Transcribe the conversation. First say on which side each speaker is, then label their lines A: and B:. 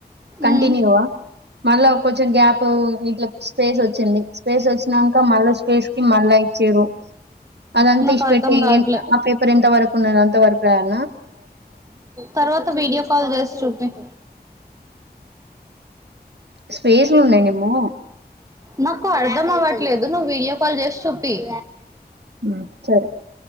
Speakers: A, on the right; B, on the right.
A: కంటిన్యూవా
B: ఉమ్
A: మళ్ళా కొంచెం గ్యాప్ ఇట్లా స్పేస్ ఒచ్చింది స్పేస్ ఒచ్చినంక మళ్ళా స్పేస్ కి మళ్ళా ఇచ్చిరు అదంత
B: నాకు
A: ఇష్టపెట్టెయ్
B: అర్థం కావట్లే
A: న్ ఆ పేపర్ ఎంత వరకు ఉన్నదో అంత వరకు రాయల్
B: తర్వాత వీడియో కాల్ చేసి చుపియ్
A: స్పేస్ లో ఉన్నాయి నిమో
B: నాకు అర్ధం అవ్వట్లేదు నువ్ వీడియో కాల్ చేస్ చూపియ్
A: ఉమ్ సరే